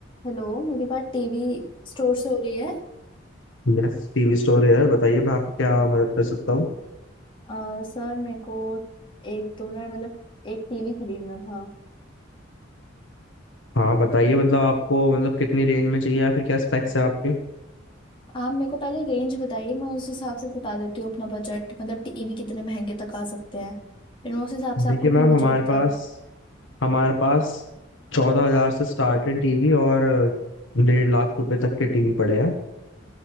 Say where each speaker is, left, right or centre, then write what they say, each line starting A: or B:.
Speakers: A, on the left; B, on the left.
A: Hello मेरी बात TV store से हो रही है
B: Yes TV store है यार बताइए मैं आपकी क्या मदद कर सकता हूँ
A: आ, सर मेरे को एक दोनों मतलब एक टीवी खरीदना था
B: हाँ बताइए मतलब आपको मतलब कितनी रेंज में चाहिए या फिर क्या स्पेक्स है आपके
A: आप मेरे को पहले रेंज बताइए मैं उस हिसाब से बता देती हूँ अपना बजट मतलब टीवी कितने महंगे तक आ सकते हैं फिर मैं उस हिसाब से
B: देखिए
A: आपको अपना
B: मैम हमारे
A: बजट बता
B: पास
A: दूँ
B: हमारे पास चौदह हजार से स्टार्ट है टीवी और डेढ़ लाख रुपए तक के टीवी पड़े हैं